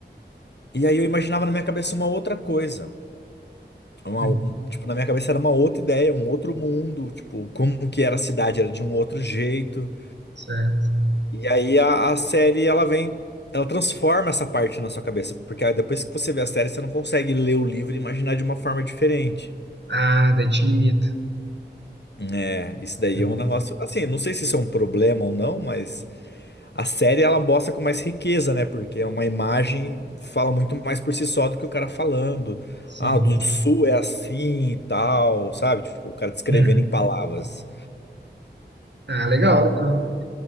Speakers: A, on the left (about 70°); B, on the right (about 75°).
A: E aí eu imaginava na minha cabeça uma outra coisa. É uma-
B: Uhum.
A: um- tipo, na minha cabeça era uma outra ideia, um outro mundo, tipo, como que era a cidade, era de um outro jeito.
B: Certo.
A: E aí a, a série, ela vem, ela transforma essa parte na sua cabeça, porque aí depois que você vê a série, você não consegue ler o livro e imaginar de uma forma diferente.
B: Ah, daí te limita.
A: É, isso daí
B: Uhum.
A: é um negócio, assim, não sei se isso é um problema ou não, mas a série ela mostra com mais riqueza, né? Porque é uma imagem fala muito mais por si só do que o cara falando.
B: Sim.
A: Ah, do sul é assim e tal, sabe? Tipo, o cara descrevendo
B: Uhum.
A: em palavras.
B: Ah, legal, legal.